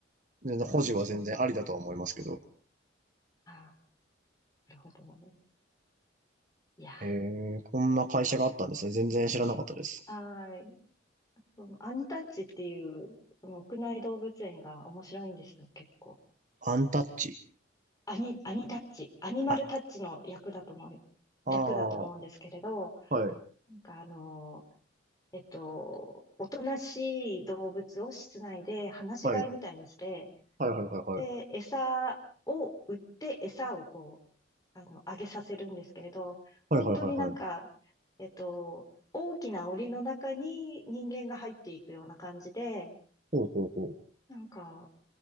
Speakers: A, on the right; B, on the left.
A: 全然保持は全然ありだとは思いますけど。
B: あーあー。なるほど。いや
A: えー、こんな会社があったんですね。全然知らなかったです。
B: はい。そのアニタッチっていう、その屋内動物園が面白いんですよ、結構。
A: アンタッチ。
B: アニ、アニタッチ、アニマルタッチの役だと思う、
A: あ、ああ、
B: 略だと思うんですけれど、
A: はい、
B: なんかあの、えっと、おとなしい動物を室内で放し飼いみたいにして、
A: はい、はい、はい、はい、はい。
B: で、餌を売って餌をこう、あの、あげさせるんですけれど、
A: はい、
B: 本当になんか、
A: はい、はい、はい。
B: えっと、大きな檻の中に人間が入っていくような感じで、
A: ほうほうほう。
B: なんか、